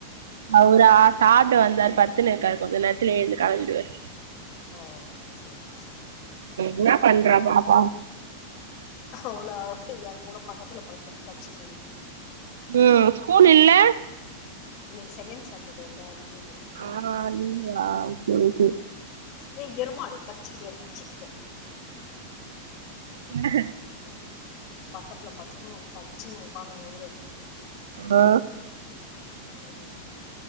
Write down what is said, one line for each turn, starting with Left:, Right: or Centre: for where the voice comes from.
Right: அவுரா சாப்ட வந்தாரு பத்துன்னு இர்க்காரு கொஞ்ச நேர்த்துல எழ்ந்து களம்பிவார்
Left: ஓ செரி செரி ம்
Right: என்ன பண்றா பாப்பா
Left: அவுளா ஏன் கூட பக்கத்துல பக்கத்துல பட்த்தின்கா சின்ன இது
Right: ம் ஸ்கூல் இல்ல
Left: இன்னிக் செகெண் சாட்டர்டேல லீவ்
Right: ஆ நீங்ளா போய்ர்ச்சு
Left: ஏ எருமாடு கச்சுக்கிட்டே இருக்கச்சிப்போ
Right: எனக
Left: பக்கத்துல பட்த்துன் கடுச்சின் உக்காந்துன் உயிர் எடுக்குது
Right: ஆ
Left: ம்